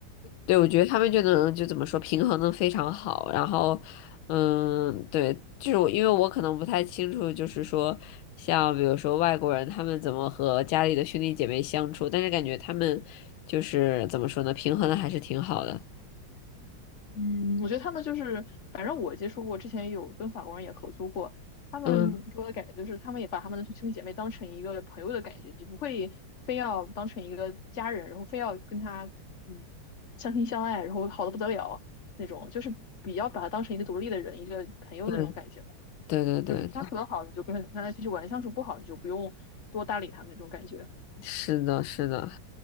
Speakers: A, on the left (about 80°); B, on the left (about 45°).
A: 对，我觉得他们就能就怎么说平衡的非常好，然后，嗯，对，就是我因为我可能不太清楚，就是说像比如说外国人他们怎么和家里的兄弟姐妹相处，但是感觉他们就是怎么说呢，平衡的还是挺好的。
B: 嗯，我觉得他们就是，反正我接触过，之前有跟法国人也合租过，他们给我的感觉就是，
A: 嗯，
B: 他们也把他们的兄弟姐妹当成一个朋友的感觉，就不会非要当成一个家人，然后非要跟他嗯相亲相爱，然后好的不得了那种，就是比较把他当成一个独立的人，一个朋友那种感觉吧。
A: 对，对对对，
B: 就是相处得好，你就跟他跟他继续玩；相处不好，你就不用多搭理他们那种感觉。
A: 是的，是的，